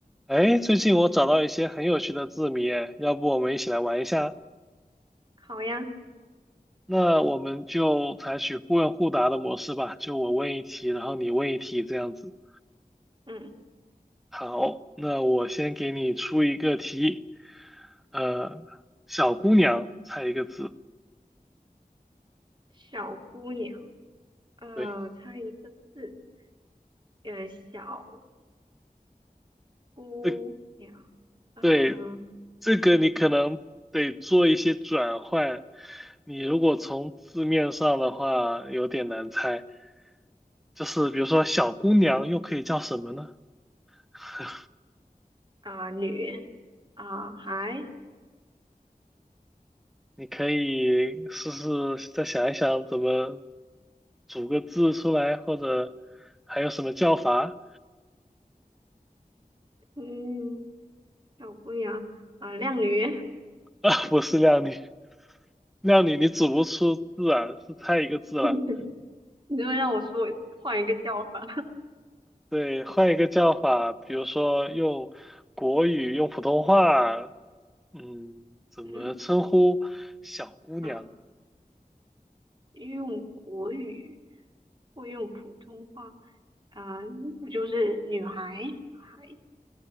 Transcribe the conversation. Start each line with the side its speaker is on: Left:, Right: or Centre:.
Centre: 哎，最近我找到一些很有趣的字谜，哎，要不我们一起来玩一下？
Right: 好呀，
Centre: 那我们就采取互问互答的模式吧，就我问一题，然后你问一题这样子。
Right: 嗯，
Centre: 好，那我先给你出一个题，呃，小姑娘，猜一个字。
Right: 小姑娘，呃，
Centre: 对，
Right: 猜一个字，呃，小姑娘，
Centre: 对
Right: 呃
Centre: 对，这个你可能得做一些转换，你如果从字面上的话，有点难猜。就是比如说小姑娘又可以叫什么呢？<laughs>
Right: 啊、女啊、孩，
Centre: 你可以试试再想一想怎么组个字出来，或者还有什么叫法
Right: 嗯，小姑娘啊、靓女，
Centre: <laughs> 啊？不是靓女，靓女你组不出字啊，是太一个字了。
Right: <laughs> 你这么让我说，换一个叫法，
Centre: 对，换一个叫法，比如说用国语、用普通话，嗯，怎么称呼小姑娘、
Right: <laughs> 嗯啊、用国语或用普通话，啊、不就是女孩孩，